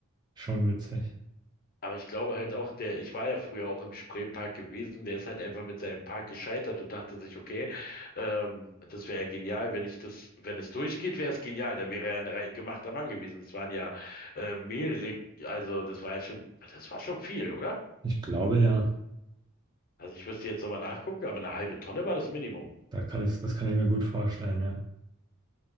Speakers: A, on the right; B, on the left.
A: Schon witzig.
B: Aber ich glaube halt auch, der, ich war ja früher auch im Spreepark gewesen, der ist halt einfach mit seinem Park gescheitert und dachte sich, okay, ähm, das wäre ja genial, wenn ich das, wenn es durchgeht, wäre es genial, Da wäre er ein rei- gemachter Mann gewesen. Das waren ja äh, mehrere, also das war ja schon, das war schon viel, oder?
A: Ich glaube ja,
B: Also ich müsste jetzt nochmal nachgucken, aber eine halbe Tonne war das Minimum.
A: da kann ich, das kann ich mir gut vorstellen, ja.